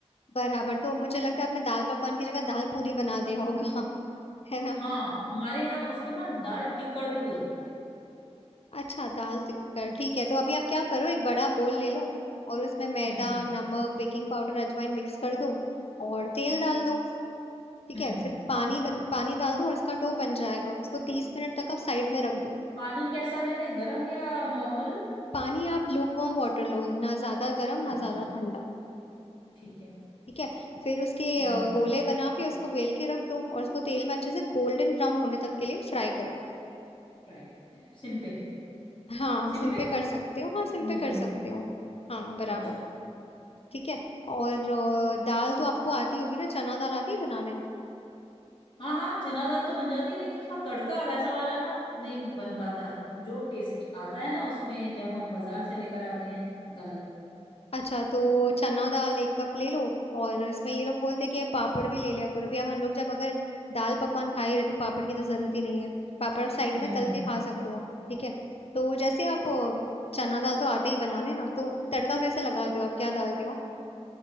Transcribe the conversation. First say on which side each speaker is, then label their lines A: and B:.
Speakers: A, on the left; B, on the left.
A: बराबर तो मुझे लगता है आपने दाल पकवान की जगह दाल पूरी बना दिया होगा <laughs> है ना
B: हाँ हमारे यहाँ उसको ना दाल टिक्कड़ भी बोलते हैं
A: अच्छा दाल टिक्कर ठीक है तो अभी आप क्या करो एक बड़ा बोल ले लो और उसमें मैदा
B: हम्म
A: नमक बेकिंग पाउडर अजवाइन मिक्स कर दो और तेल डाल दो ठीक
B: हम्म
A: है फिर पानी बन, पानी डाल दो और इसका डो बन जाएगा उसको तीस मिनट तक आप साइड में रख दो
B: पानी कैसा लेना है गरम या नॉर्मल
A: पानी आप लूकवार्म वाटर लो ना ज्यादा गर्म ना
B: अच्छा
A: ज्यादा ठंडा
B: ठीक है
A: ठीक है फिर उसके
B: हम्म
A: अ, गोले बना के उसको बेल के रख दो और उसको तेल में अच्छे से गोल्डन ब्राउन होने तक के लिए फ्राई करो
B: फ्राई करना है सिम पे
A: हाँ
B: सिम
A: सिम
B: पे
A: पे कर सकते हो हाँ सिम
B: मीडियम
A: पे कर सकते
B: पे
A: हो हाँ बराबर
B: अच्छा
A: ठीक है और अ, दाल तो आपको आती होगी ना चना दाल आती है बनाने
B: हाँ हाँ चना दाल तो बन जाती है लेकिन उसका तड़का वैसा वाला ना नहीं बन पाता जो टेस्ट आता है ना उसमें जब हम बाजार से लेकर आते हैं दाल
A: अच्छा तो चना दाल एक कप ले लो और इसमें ये लोग बोलते हैं कि पापड़ भी ले लिया करो अभी अब हम लोग जब अगर दाल पकवान खा ही रहे तो पापड़ की तो जरूरत ही नहीं है पापड़ आप साइड
B: हम्म
A: में तल
B: हम्म।
A: के खा सकते हो ठीक है तो जैसे आप अ, चना दाल तो आते ही बनाने ना तो तड़का कैसे लगाते हो आप क्या डालते हो